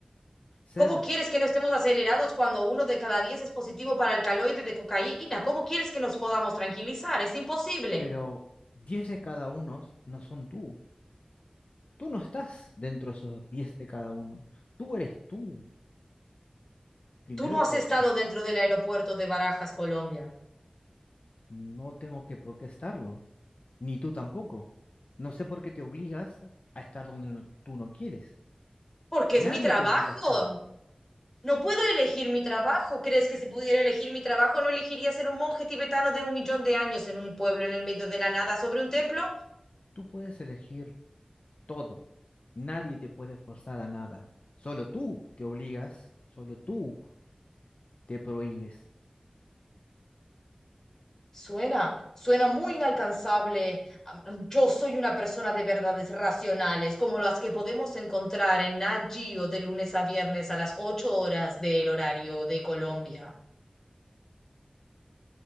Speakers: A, on the left; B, on the left.
A: ser,
B: ¿cómo quieres que no estemos acelerados cuando uno de cada diez es positivo para el caloide de cocaína? ¿Cómo quieres que nos podamos tranquilizar? Es imposible.
A: pero 10 de cada uno no son tú. Tú no estás dentro de esos 10 de cada uno. Tú eres tú. Primero
B: Tú no
A: preocupa.
B: has estado dentro del aeropuerto de Barajas, Colombia.
A: No tengo que por qué estarlo. Ni tú tampoco. No sé por qué te obligas a estar donde no- tú no quieres.
B: Porque
A: Nadie
B: es mi trabajo.
A: te obliga a estar.
B: No puedo elegir mi trabajo. ¿Crees que si pudiera elegir mi trabajo no elegiría ser un monje tibetano de un millón de años en un pueblo en el medio de la nada sobre un templo?
A: Tú puedes elegir todo. Nadie te puede forzar a nada. Solo tú te obligas, solo tú te prohíbes.
B: Suena, suena muy inalcanzable. Am- Yo soy una persona de verdades racionales, como las que podemos encontrar en Nagio de lunes a viernes a las ocho horas del horario de Colombia.